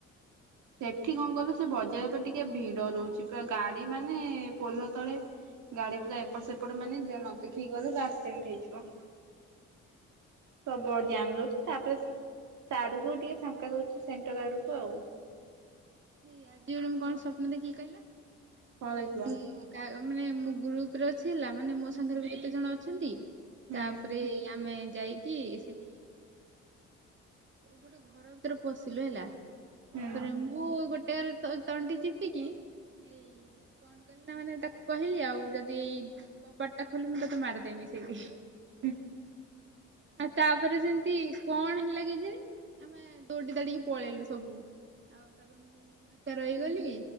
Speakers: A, on the right; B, on the right.
A: ସେଠି କଣ କଲେ ସେ ବଜାର ଉପରେ ଟିକେ ଭିଡ ଦଉଛି ପା ଗାଡି ମାନେ ପୋଲ ତଳେ ଗାଡି ପୁରା ଏପଟ ସେପଟ ମାନେ ଦେ ନ ଦେଖିକି ଗଲେ ଆସସେଣ୍ଡ ହେଇଯିବ। ତୋ
B: ହୁଁ।
A: ବୋ ଗ୍ୟାନ୍‌
B: ଏଇ ଆଜି
A: ଦୋଉଛି ତାପରେ ସେ ତା ଆଡ଼କୁ ଟିକେ
B: ଆଜି
A: ଫାଙ୍କା ଦଉଛି ସେଣ୍ଟର ଆଡ଼କୁ ଆଉ।
B: ଏଇ ଆଜି ଓଳକୁ କଣ ସ୍ୱପ୍ନ ଦେଖିଲି କହିଲ
A: କଣ
B: ଏ
A: ଦେଖିଲ
B: ମୁଁ କା ମାନେ ମୁ ଗ୍ରୁପ ରେ ଅଛି ହେଲା ମାନେ ମୋ ସାଙ୍ଗରେ ବି କେତେ ଜଣ ଅଛନ୍ତି
A: ହୁଁ
B: ତାପରେ ଆମେ ଯାଇକି ସେଠି ଗୋଟେ ଘର ଭିତରେ ପଶିଲୁ ହେଲା
A: ହୁଁ
B: ତାପରେ ମୁ ଗୋଟେ ରେ ତୋ ତଣ୍ଟି ଚିପିକି ଏଇ କଣ କହିଲ ନା ମାନେ ତାକୁ କହିଲି ଆଉ ଯଦି ଏଇ କବଟା ଖୁଲ ମୁ ତତେ ମାର ଦେବି ସେଇଠି।
A: ଉଁ।
B: ଆଉ ତାପରେ ସେମିତି କଣ ହେଲା କେଜାଣି ଆମେ ଦୌଡି ଦଡିକି ପଳେଇଲୁ ସବୁ। ଆଉ ତାପରେ ମୁଁ ଏକା ରହିଗଲି